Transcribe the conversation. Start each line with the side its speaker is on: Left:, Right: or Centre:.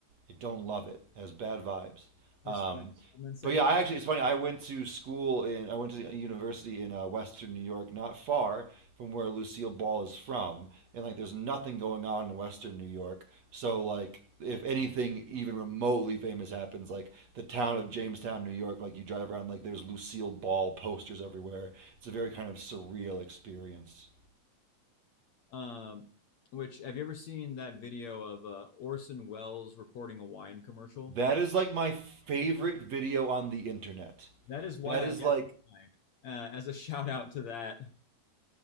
Right: I don't love it. It has bad vibes.
Left: Just
Right: Um,
Left: uh, one second.
Right: But yeah, I actually it's funny. I went to school in I went to a university in uh, Western New York, not far from where Lucille Ball is from, and like there's nothing going on in Western New York. So like if anything even remotely famous happens, like the town of Jamestown, New York, like you drive around, like there's Lucille Ball posters everywhere. It's a very kind of surreal experience.
Left: Um, which have you ever seen that video of uh, Orson Welles recording a wine commercial?
Right: That is like my favorite video on the internet.
Left: That is why
Right: That
Left: I
Right: is
Left: guess
Right: like
Left: wine. Uh, as a <laughs> shout out to that,